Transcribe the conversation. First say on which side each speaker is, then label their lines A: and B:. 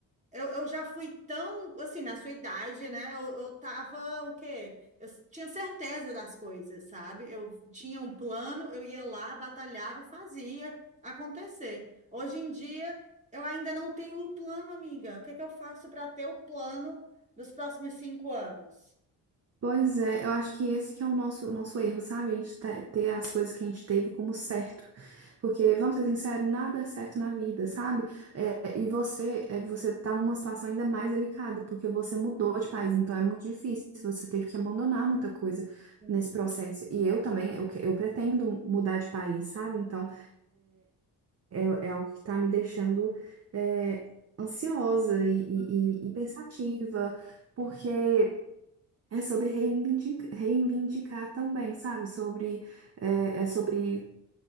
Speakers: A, on the right; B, on the right.
A: eu, eu já fui tão, assim, na sua idade, né? Eu, eu tava, o quê? Eu s- tinha certeza das coisas, sabe? Eu tinha um plano, eu ia lá, batalhava e fazia acontecer. Hoje em dia, eu ainda não tenho um plano, amiga. O que é que eu faço para ter o plano dos próximos cinco anos?
B: Pois é, eu acho que esse que é o nosso, nosso erro, sabe? A gente te- ter as coisas que a gente teve como certo. Porque, vamos ser sinceros, nada é certo na vida, sabe? É, e você, é, você tá numa situação ainda mais delicada, porque você mudou de país, então é muito difícil, você teve que abandonar muita coisa
A: Sim,
B: nesse processo. E eu também, eu, que- eu pretendo mudar de país, sabe? Então, é, é algo que tá me deixando, é, ansiosa e,
A: Uhum,
B: e e- e pensativa, porque. É sobre reivindicar, reivindicar também, sabe? Sobre, é, é sobre